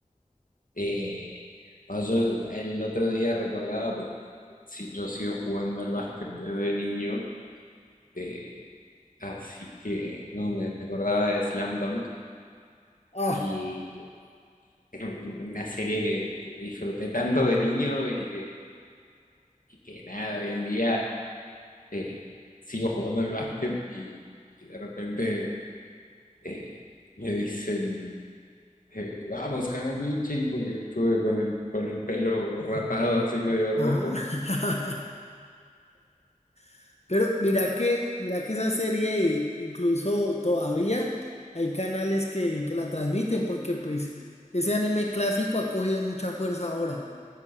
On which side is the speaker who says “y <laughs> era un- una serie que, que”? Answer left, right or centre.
Left